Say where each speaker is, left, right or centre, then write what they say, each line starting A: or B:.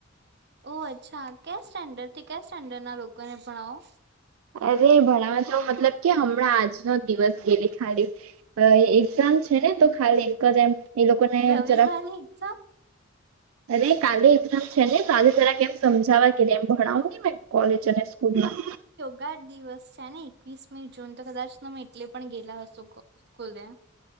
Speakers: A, on the right; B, on the right.
A: ઓ અચ્છા ક્યા સ્ટેન્ડર્ડ થી ક્યા સ્ટેન્ડર્ડ ના લોકોને ભણાવો
B: અરે ભણવા તો મતલબ કે હમણાં આજનો દિવસ ગેલી ખાલી એક્ઝામ છે ને તો ખાલી એક જ એમ એ લોકોને
A: રવિવાર
B: એમ જરાક
A: એ એક્ઝામ
B: અરે કાલે એક્ઝામ છે ને કાલે જરા કે એમ સમજાવવા કે એમ ભણાવું ને કોલેજ સ્કૂલમાં
A: ગાઢ દિવસ છે ને એકવીસમી જૂન તો કદાચ એટલે પણ ગેલા હશો સ્કૂલે